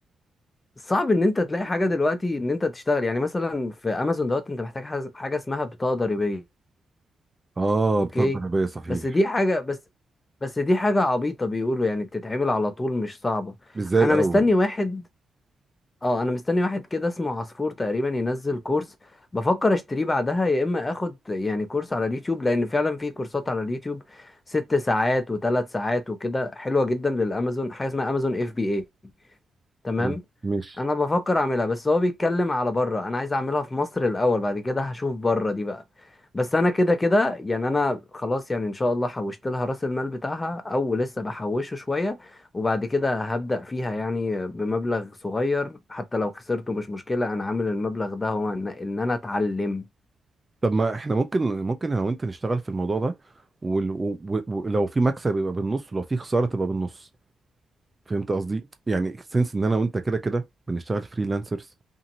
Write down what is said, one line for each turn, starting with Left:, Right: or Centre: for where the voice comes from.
Left: صعب إن أنت تلاقي حاجة دلوقتي إن أنت تشتغل يعني مثلا في أمازون دوت أنت محتاج حاز- حاجة اسمها بطاقة ضريبية
Right: اه
Left: أوكي
Right: بتاع الضربيه صحيح
Left: بس دي حاجة بس بس دي حاجة عبيطة بيقولوا يعني بتتعمل على طول مش صعبة
Right: مش زي
Left: أنا
Right: الاول
Left: مستني واحد اه انا مستني واحد كده اسمه عصفور تقريبا ينزل كورس بفكر اشتريه بعدها يا اما اخد يعني كورس على اليوتيوب لان فعلا في كورسات على اليوتيوب ست ساعات وثلاث ساعات وكده حلوة جدا للامازون حاجة اسمها امازون اف بي اي تمام
Right: حلو، ماشي
Left: انا بفكر اعملها بس هو بيتكلم على بره انا عايز اعملها في مصر الاول بعد كده هشوف بره دي بقى بس انا كده كده يعني انا خلاص يعني ان شاء الله حوشت لها راس المال بتاعها او لسه بحوشه شوية وبعد كده هبدأ فيها يعني بمبلغ صغير حتى لو خسرته مش مشكلة انا عامل المبلغ ده هو ان إن انا اتعلم
Right: طب ما احنا ممكن ممكن انا وانت نشتغل في الموضوع ده ول- و- و- ولو في مكسب يبقى بالنص ولو في خساره تبقى بالنص فهمت قصدي يعني سنس ان انا وانت كده كده بنشتغل فريلانسرز